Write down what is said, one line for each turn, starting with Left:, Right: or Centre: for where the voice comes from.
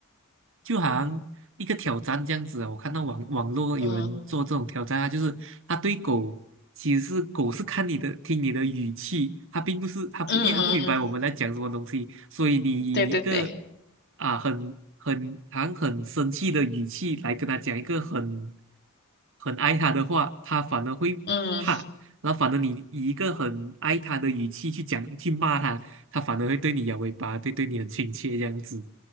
Right: 就好像一个挑战这样子啊。我看到网网络有人做这种挑战啊，
Left: 嗯
Right: 就是他对狗，其实是狗是看你的，听你的语气，它并不是它不，
Left: 嗯嗯
Right: 因为它不明白我们在讲什么东西，所以你以一个
Left: 嗯，对对对，
Right: 啊很很好像很生气的语气来跟他讲一个很很爱他的话，他反而会怕。
Left: 嗯
Right: 然后反而你以一个很爱他的语气去讲去骂他，他反而会对你摇尾巴，对对你很亲切这样子。